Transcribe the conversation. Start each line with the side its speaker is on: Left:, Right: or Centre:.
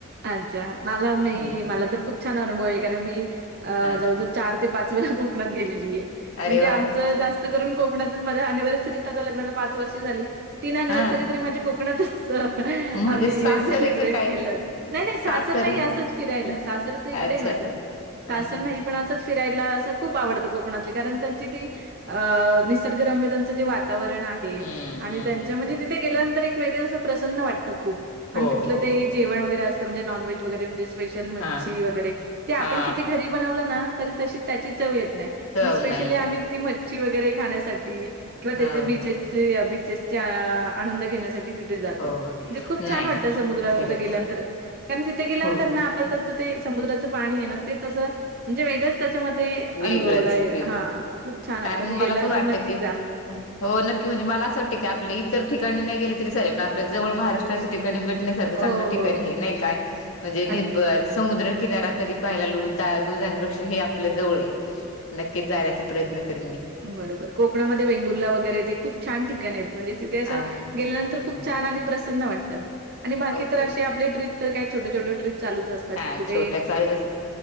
Right: अच्छा मला मी
Left: हम्म
Right: मला तर खूप छान अनुभव आहे कारण मी अ
Left: हा
Right: जाव चार ते पाच वेळा कोकणात गेलेली आहे
Left: अरे
Right: म्हणजे
Left: वा
Right: आमचं जास्त कोकण माझ्यानिव्हसरीत ल पाच वर्ष झाली तीननव्हर्री
Left: हा
Right: कोकणातच
Left: म्हणजे
Right: आम्ही
Left: सासरे
Right: सेलिब्रेट
Left: का काय
Right: केलं नाही नाही सासर
Left: सासरे
Right: नाही
Left: हं,
Right: असंच फिरायला सासर तर इकडे
Left: अच्छा
Right: आहे माझं
Left: हा
Right: सासर
Left: हा
Right: नाही
Left: हा
Right: पण असच फिरायला असं खूप आवडतं कोकणातली कारण त्यांची ती अ निसर्गरम्यतांचं जे वातावरण आहे
Left: हम्म
Right: आणि
Left: हम्म
Right: त्यांच्या
Left: हम्म
Right: म्हणजे तिथे गेल्यानंतर एक वेगळं प्रसन्न वाटतं खूप आणि
Left: हो
Right: तिथलं
Left: हो
Right: ते
Left: हो
Right: ेवण असे नन वज वरेेे मच
Left: हा
Right: आप
Left: हा
Right: घ त त त्या चव येत नाही
Left: चव
Right: स्ेशली
Left: नाही येत
Right: आम् ती मच्छी वगैरे खाण्यासाठी किंवा
Left: हो
Right: त्याचे बीचेस बचेस आनंद घेण्यासाठी तिथे जातो
Left: हो
Right: म्हणे खूप छान
Left: नाही
Right: वाटतं समुद्रा
Left: खरे
Right: गेल्यानंतर कारण तिथे गेल्यानंतर
Left: हो
Right: त्यांचं ते समुद्रचं पाणी आहे ना तेचं म्हणजे वेगंच त्याच्यामध्ये
Left: वेगळंच
Right: अनुभवला
Left: फील
Right: हा खूप छान
Left: कारण
Right: आहे कधी
Left: मला
Right: गेला
Left: पण वाटतं
Right: तर नक्की
Left: की
Right: जा
Left: हो नक्की म्हणजे मला असं वाटतं की आपले इतर ठिकाणी नाही गेले तरी लेल प आपल्या जवळ महाराष्टाच्या ठिकाणी भेट च
Right: हो, हो,
Left: ठिका नाही का म्हणे नि
Right: अगदीच.
Left: समुद्रकिारा कधी पाहायला लो द दू जाण्यापेक्षा हे आपलं जव नक्कीच जाण्याचा प्रयत्न करेन मी
Right: बरोबर कोकणामध्ये वेंगुर्ला वगैरे ते खूप छान ठिकाणी आहेत म्हणजे तिथे असं
Left: आ हम्म
Right: गेल्यानंतर खूप
Left: हम्म
Right: छान आणि प्रसन्न वाटतं आणि बाकी
Left: ओके.
Right: तर अशी आपली ट्रीप तर काय छोटे छोटे ट्र्रीप चालूच असतात
Left: हा
Right: कुठे
Left: छोट्या चालूच असतात.